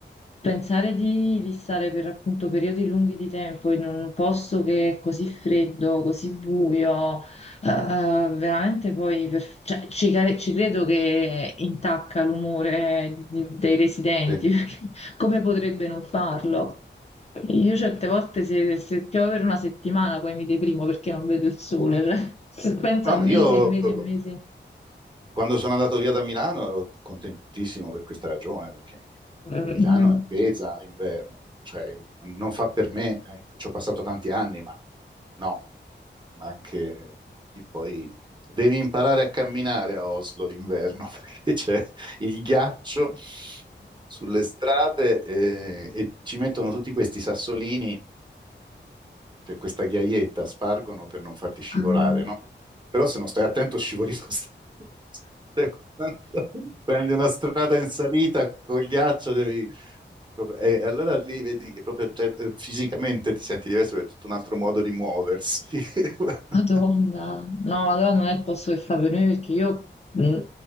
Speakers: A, on the left; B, on the right.
A: pensare di, di stare per appunto periodi lunghi di tempo in un posto che è così freddo, così buio. Eh, veramente poi per- cioè, ci, care- ci credo che intacca l'umore di- di- dei residenti,
B: te-
A: <laughs> perché come potrebbe non farlo? Io certe volte se, se piove per una settimana poi mi deprimo perché non vedo il sole, cioè, se penso
B: no,
A: a mesi
B: ma io
A: e mesi
B: Esatto.
A: e mesi.
B: Quando sono andato via da Milano ero contentissimo per questa ragione, perché
A: Mm.
B: Milano è pesa l'inverno, cioè non fa per me, ecco, ci ho passato tanti anni, ma no, ma anche lì poi devi imparare a camminare a Oslo l'inverno, <laughs> perché c'è il ghiaccio sulle strade eh, e ci mettono tutti questi sassolini c'è questa ghiaietta, spargono per non farti scivolare,
A: Mm.
B: no? Però se non stai attento scivoli lo stesso. <laughs> Cioè, quando Prendi una strada in salita col ghiaccio, devi... proprio- E allora lì vedi che proprio cioè, eh, fisicamente ti senti diverso, perché è tutto un altro modo di muoversi. <laughs>
A: Madonna, no, allora non è il posto che fa per me perché io mh,